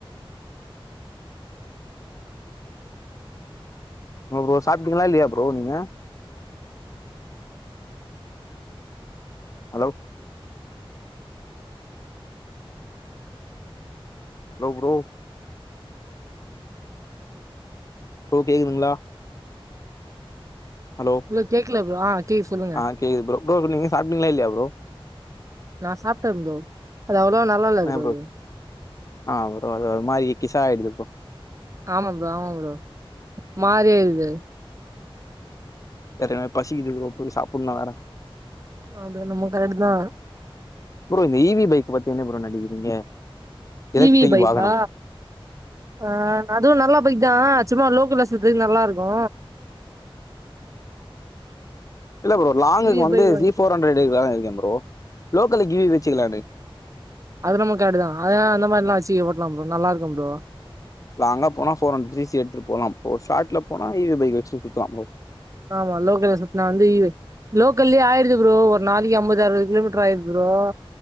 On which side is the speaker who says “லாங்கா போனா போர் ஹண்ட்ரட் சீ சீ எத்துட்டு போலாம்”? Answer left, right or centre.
Left